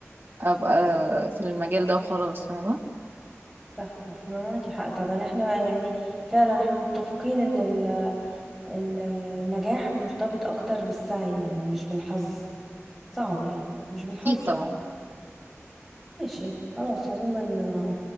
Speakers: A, on the right; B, in the centre.
A: ابقى في المجال ده وخلاص فاهمة
B: صح صح معاكي حق طبعا احنا يعني فعلا احنا متفقين ان ال- ال- النجاح مرتبط اكتر بالسعي يعني مش بالحظ صعب يعني مش بالحظ
A: اكيد طبعا
B: ماشي خلاص عموما آه،